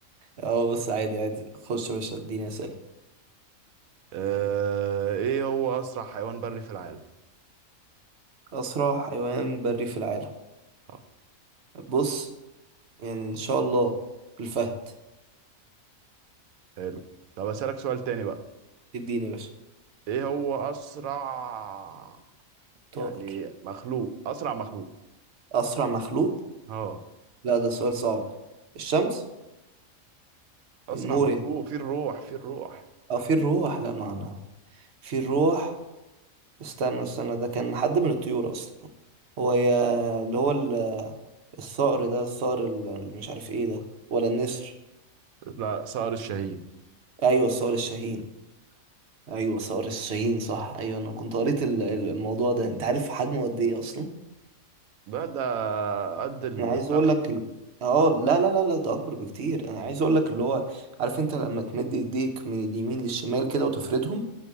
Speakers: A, on the right; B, on the right.
A: اه بس عادي عادي خش يا باشا اديني اسئله
B: آه، ايه هو اسرع حيوان بري في العالم
A: اسرع حيوان بري في العالم
B: اه
A: بص يعني ان شاء الله الفهد
B: حلو طب اسالك سؤال تاني بقى
A: اديني يا باشا
B: ايه هو اسرع
A: طائر
B: يعني مخلوق اسرع مخلوق
A: اسرع مخلوق
B: اه
A: لا ده سؤال صعب الشمس
B: اسرع
A: النور
B: مخلوق
A: يعني
B: فيه الروح فيه الروح
A: اه في الروح لا معنى في الروح استنى استنى ده كان حد من الطيور اصلا هو يا اللي هو ال- الصقر ده الصقر ال- مش عارف ايه ده ولا النسر
B: لا صقر الشاهين
A: ايوه الصقر الشاهين ايوه صقر الشاهين صح ايوه انا كنت قريت ال- ال- الموضوع ده انت عارف حجمه قد ايه اصلا
B: ده ده قد الفرخ
A: انا عايز اقول لك ال... اه لا لا لا لا ده اكبر بكتير انا عايز اقول لك اللي هو عارف انت لما تمد ايديك من اليمين للشمال كده وتفردهم